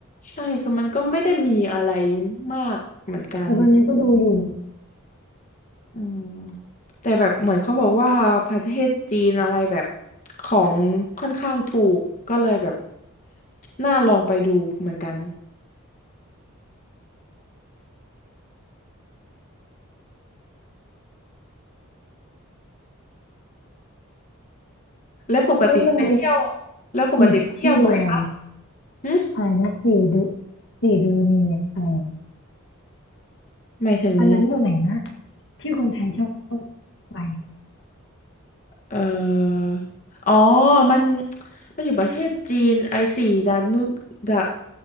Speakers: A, on the left (about 40°); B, on the left (about 60°).
A: ใช่คือมันก็ไม่ได้มีอะไรมากเหมือนกัน
B: แต่วันนี้ก็ดูอยู่
A: อืมแต่แบบเหมือนเขาบอกว่าประเทศจีนอะไรแบบของค่อนข้างถูกก็เลยแบบน่าลองไปดูเหมือนกันแล้วปกติไปเที่ยว
B: แล้วมัน
A: แล้วปกติไปเที่ยวบ่อยปะ
B: มีอีกที่อะไรวะ
A: หึ
B: อะไรนะสี่ดูสี่ดูนีเนี่ยอะไรอะ
A: หมายถึง
B: อันนั้นอยู่ไหนนะที่คนไทยชอบไป
A: เอ่ออ๋อมันมันอยู่ประเทศจีนไอสีดานุดา